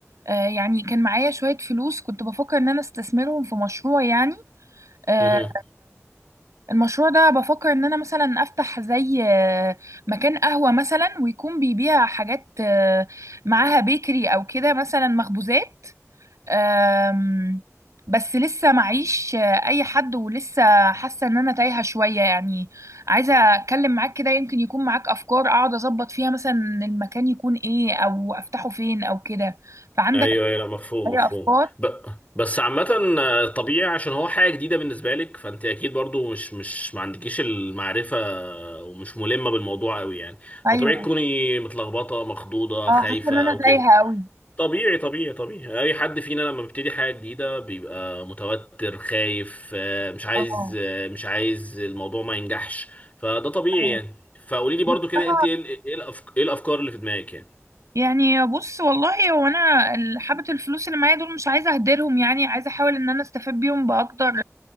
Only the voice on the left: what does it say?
مهم.
ايوه ايوه لا مفهوم
مفهوم
ب... بس عامة آه، طبيعي عشان هو حاجة جديدة بالنسبة لك فانت اكيد برضو مش مش ما عندكيش المعرفة آه، ومش ملمة بالموضوع قوي يعني
فطبيعي تكوني متلخبطة مخضوضة
خايفة
او
كده
طبيعي طبيعي طبيعي اي حد فينا لما بيبتدي حاجه جديده بيبقى متوتر خايف آه، مش عايز
آه، مش عايز الموضوع ما ينجحش فده طبيعي
يعني فقولي لي
برضو كده انت ايه ال- إيه الأفك... ايه الافكار اللي في دماغك يعني